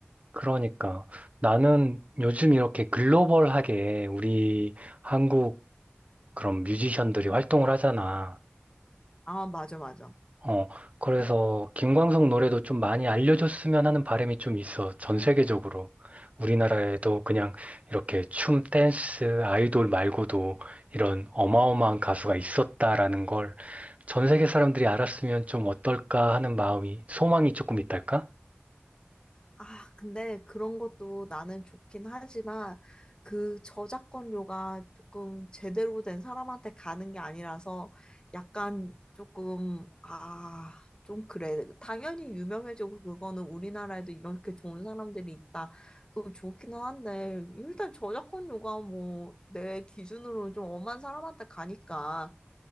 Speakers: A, on the right (about 35°); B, on the left (about 20°).
A: 그러니까 나는 요즘 이렇게 글로벌하게 우리 한국 그런 뮤지션들이 활동을 하잖아.
B: 아, 맞아, 맞아.
A: 어, 그래서 김광석 노래도 좀 많이 알려줬으면 하는 바람이 좀 있어. 전 세계적으로. 우리나라에도 그냥 이렇게 춤, 댄스, 아이돌 말고도 이런 어마어마한 가수가 있었다라는 걸 전 세계 사람들이 알았으면 좀 어떨까 하는 마음이, 소망이 조금 있달까?
B: 아, 근데 그런 것도 나는 좋긴 하지만 그 저작권료가 조금 제대로 된 사람한테 가는 게 아니라서 약간 조금, 아, 좀 그래. 당연히 유명해지고 그거는 우리나라에도 이렇게 좋은 사람들이 있다. 그거 좋기는 한데 일단 저작권료가 뭐 내 기준으로는 좀 엄한 사람한테 가니까